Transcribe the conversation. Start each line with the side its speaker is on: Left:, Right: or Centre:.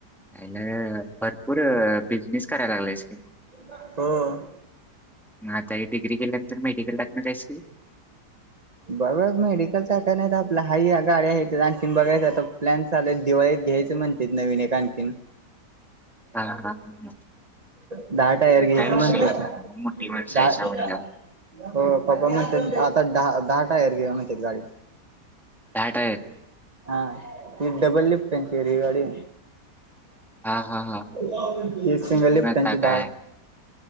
Centre: <unintelligible> भरपूर, बिझनेस करायला लागलायस कि मग.
Right: <inaudible> हो.
Centre: म आता हे डिग्री केल्यानंतर, मेडिकल टाकणार आहेस की
Right: बघुयात. मेडिकल टाकाय नाही तर, आपलं हाय ह्या गाड्या हायत. आणखीन बघायचं आता प्लॅन चालेत दिवाळीत घ्यायचं म्हणतेत, नवीन एक आणखीन.
Centre: ह ह <unintelligible>
Right: दहा टायर घ्यायचं
Centre: काय विषय
Right: म्हणतात
Centre: नाही. मग मोठी मान
Right: दहा
Centre: जायच्या म्हणल्यावर.
Right: हो. पप्पा म्हणतेत, आता दहा, दहा टायर घेऊ म्हणतेत गाडी.
Centre: <unintelligible>
Right: हा, ही डबल लिफ्टचीय रे गाडी. <unintelligible>
Centre: हा हा हा.
Right: एक सिंगल
Centre: मग
Right: लिफ्टंची
Centre: आता काय
Right: धाट